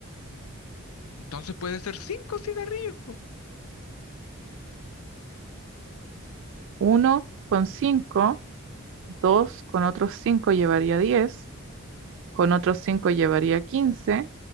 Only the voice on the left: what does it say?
Entonces puede ser cinco cigarrillos, po.